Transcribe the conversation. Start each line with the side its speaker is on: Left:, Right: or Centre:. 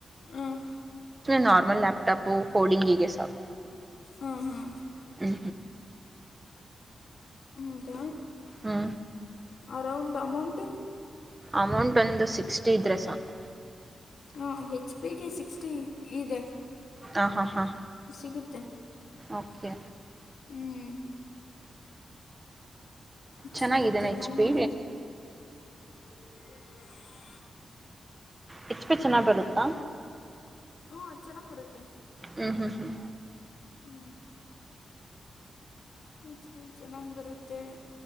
Left: ಹಾಂ
Right: ನಾರ್ಮಲ್ಯಾಪ್ಟಾಪು ಕೋಡಿಂಗ್ಗೆ ಸಾಕು.
Left: ಹ್ಮ ಹ್ಮ
Right: ಹ
Left: ಹೌದ
Right: ಹ್ಮ
Left: ಅರೌಂಡ್ ಅಮೌಂಟ್
Right: ಅಮೌಂಟ್ ಒಂದ ಸಿಕ್ಸ್ಟಿ ಇದ್ರ ಸಾಕು.
Left: ಹಾಂ ಹೆಚ್ ಪಿಗೆ ಸಿಕ್ಸ್ಟಿ ಇದೆ.
Right: ಹಾ ಹಾ ಹಾಂ
Left: ಸಿಗುತ್ತೆ
Right: ಓಕೆ.
Left: ಹ್ಮ
Right: ಚೆನ್ನಾಗಿದ್ದಾನ
Left: ಸಿಗುತ್ತೆ
Right: H
Left: no
Right: P.
Left: More
Right: H P ಚೆನ್ನಾಗಿ ಬರುತ್ತಾ.
Left: ಹಾ ಚೆನ್ನಾಗ ಬರುತ್ತೆ.
Right: ಹ್ಮ ಹ್ಮ ಹ್ಮ
Left: ಹ್ಮ ಹೆಚ್ ಬಿ ಚೆನ್ನಾಗಿ ಬರುತ್ತೆ.